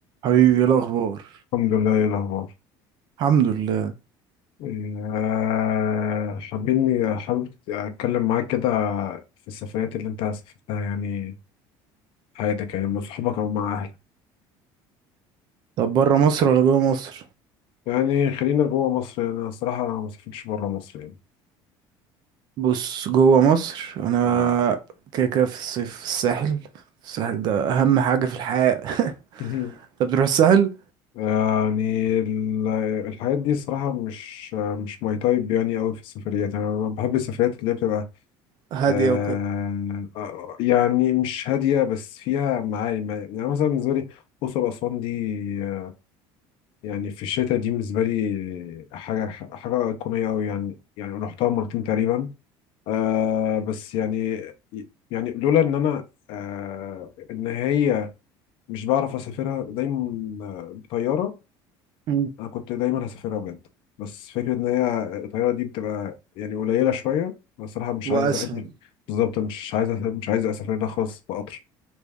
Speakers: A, on the right; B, on the left.
A: حبيبي إيه الاخبار
B: الحمد لله ايه الاخبار
A: الحمد لله
B: آه، حابين حابب اتكلم معاك كده في السفريات اللي انت سافرتها يعني في حياتك يعني مع صحابك او مع اهلك
A: طب بره مصر ولا جوه مصر
B: يعني خلينا جوه مصر يعني انا الصراحه ما سافرتش بره مصر يعني
A: بص جوه مصر انا
B: مم.
A: كده كده في الصيف في الساحل الساحل ده اهم حاجه في الحياه <laughs>
B: <laughs>
A: انت بتروح الساحل
B: يعني ال- الحاجات دي صراحة مش مش ماي تايب يعني أوي في السفريات يعني أنا بحب السفريات اللي هي بتبقى
A: هاديه
B: آه،
A: وكده
B: آه، يعني مش هادية بس فيها معاني يعني يعني مثلا بالنسبة لي أقصر وأسوان دي آه، يعني في الشتاء دي بالنسبة لي حاجة حاجة أيقونية أوي يعني يعني رحتها مرتين تقريبا آه بس يعني يعني لولا إن أنا آه إن هي مش بعرف أسافرها دايما آه، بطيارة
A: مم.
B: أنا كنت دايما هسافرها بجد بس فكرة إن هي الطيارة دي بتبقى يعني قليلة شوية أنا الصراحة مش
A: واسهل
B: عايز أسافر بالظبط مش عايز أسافر مش عايز أسافر ده خالص بقطر